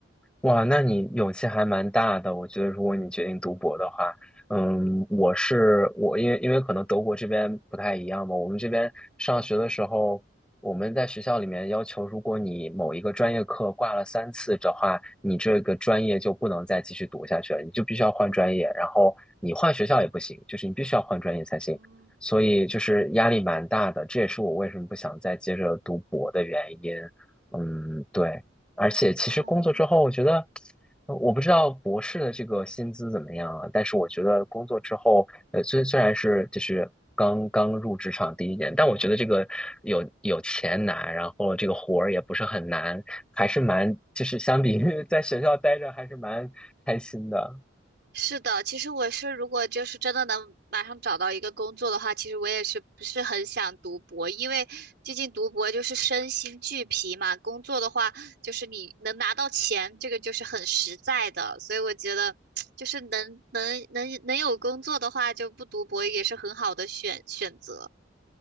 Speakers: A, in the centre; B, on the right (about 60°).
A: 哇，那你勇气还蛮大的。我觉得，如果你决定读博的话，嗯，我是我，因为因为可能德国这边不太一样嘛。我们这边上学的时候，我们在学校里面要求，如果你某一个专业课挂了三次的话，你这个专业就不能再继续读下去了，你就必须要换专业，然后你换学校也不行，就是你必须要换专业才行。
B: 嗯，
A: 所以就是压力蛮大的，这也是我为什么不想再接着读博的原因。嗯，对。而且其实工作之后，
B: 嗯，
A: 我觉得，呃我不知道博士的这个薪资怎么样啊，但是我觉得工作之后，呃，虽虽然是就是刚刚入职场第一年，但我觉得这个有有钱拿，然后这个活儿也不是很难，还是蛮就是相比于 <laughs> 在学校待着还是蛮开心的，
B: 是的，其实我是如果就是真的能马上找到一个工作的话，其实我也是不是很想读博，因为毕竟读博就是身心俱疲嘛，工作的话就是你能拿到钱，这个就是很实在的，所以我觉得 <tsk> 就是能能能能有工作的话，就不读博也是很好的选选择。